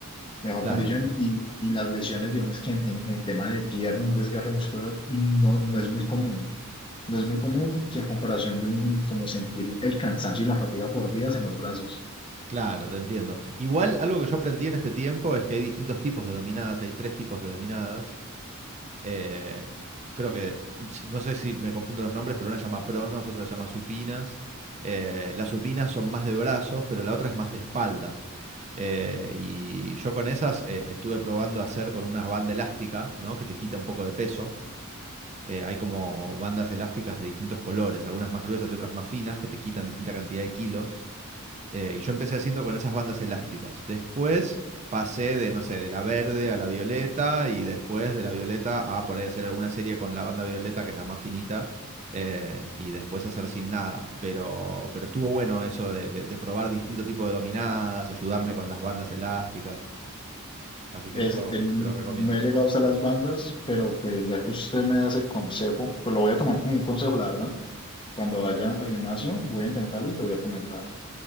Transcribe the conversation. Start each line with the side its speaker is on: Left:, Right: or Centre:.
Left: mejor
Right: Claro.
Left: condición y, y las lesiones, digamos que en, en- en tema de pierna, un desgarre muscular no, no es muy común. No es muy común que a comparación de un, como sentir el cansancio y la fatiga por días en los brazos.
Right: Claro, te entiendo. Igual algo que yo aprendí en este tiempo es que hay distintos tipos de dominadas, hay tres tipos de dominadas. Eh, creo que, si, no sé si me confundo los nombres, pero una se llama pronos, otra se llama supinas. Eh, las supinas son más de brazos, pero la otra es más de espalda. Eh, y yo con esas eh, estuve probando hacer con una banda elástica, ¿no? Que te quita un poco de peso. Eh, hay como bandas elásticas de distintos colores, algunas más gruesas y otras más finas, que te quitan distinta cantidad de kilos. Eh, y yo empecé haciendo con esas bandas elásticas. Después pasé de, no sé, de la verde a la violeta y después de la violeta a por ahí hacer alguna serie con la banda violeta, que es la más finita, eh, y después hacer sin nada. Pero, pero estuvo bueno eso de, de- de probar distinto tipo de dominadas, ayudarme con las bandas elásticas. Así que
Left: Es
Right: eso
Left: el,
Right: te lo recomiendo.
Left: no he llegado hasta las bandas, pero pues ya que usted me da ese consejo, pues lo voy a tomar como un consejo, la verdad. Cuando vaya al gimnasio, voy a intentarlo y te voy a comentar.